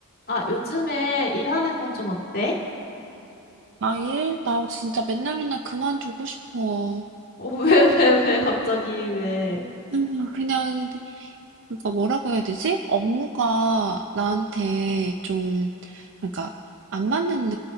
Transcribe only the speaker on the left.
아, 요즘에 일하는 건 좀 어때?
<laughs> 어, 왜, 왜, 왜, 갑자기, 왜?